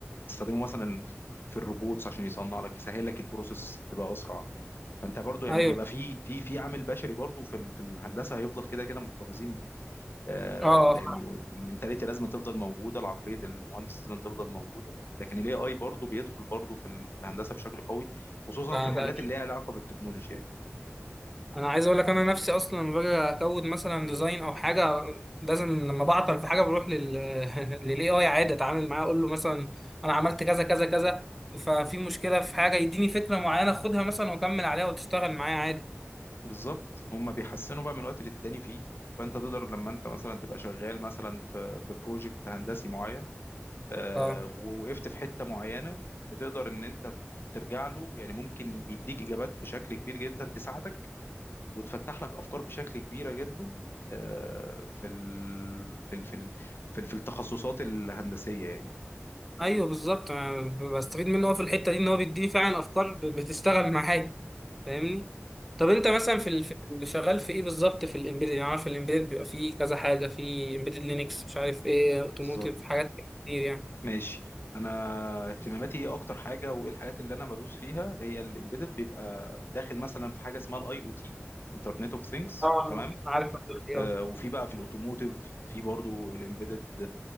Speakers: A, on the left; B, in the centre.
A: تستخدمه مثلا في الروبوتس عشان يصنع لك يسهل لك البروسيس تبقى اسرع فانت برضو يعني
B: ايوه
A: هيبقى في في في عامل بشري برضو في ال- في الهندسة هيفضل كده كده محتفظين بيه آه،
B: اه
A: لانه المنتاليتي لازم تفضل موجوده العقليه المهندس لازم تفضل موجوده لكن الاي اي برضه بيدخل برضه في ال- في الهندسه بشكل قوي خصوصا
B: آه،
A: في الحاجات
B: ده
A: اللي ليها علاقه بالتكنولوجيا يعني.
B: انا عايز اقول لك انا نفسي اصلا لما باجي اكود مثلا ديزاين او حاجه لازم لما بعطل في حاجه بروح لل <laughs> للاي اي عادي اتعامل معاه اقول له مثلا انا عملت كذا كذا كذا ففي مشكله في حاجه يديني فكره معينه خدها مثلا واكمل عليها وتشتغل معايا عادي
A: بالظبط هم بيحسنوا بقى من وقت للتاني فيه فانت تقدر لما انت مثلا تبقى شغال مثلا في في بروجكت هندسي معين آه،
B: اه
A: ووقفت في حته معينه بتقدر ان انت ترجع له يعني ممكن بيديك اجابات بشكل كبير جدا تساعدك وتفتح لك افكار بشكل كبيره جدا آه، في ال... في ال... في ال... في ال- في التخصصات الهندسيه يعني
B: ايوه بالظبط أنا بستفيد منه هو في الحته دي ان هو بيديني فعلا افكار ب- بتشتغل معايا فاهمني طب انت
A: بز-
B: مثلا في ال- في اللي شغال في ايه بالظبط في الامبيدد يعني عارف الامبيدد بيبقى فيه كذا حاجه في امبيدد لينكس مش عارف ايه اوتوموتيف
A: بالظبط
B: حاجات كتير يعني
A: ماشي انا اهتماماتي ايه اكتر حاجه وايه الحاجات اللي انا بدوس فيها هي الامبيدد بيبقى داخل مثلا في حاجه اسمها الاي او تي انترنت اوف ثينجز
B: اه
A: تمام
B: عارف هتقول ايه
A: آه،
B: اه
A: وفي بقى في الاوتوموتيف في برضو الامبيدد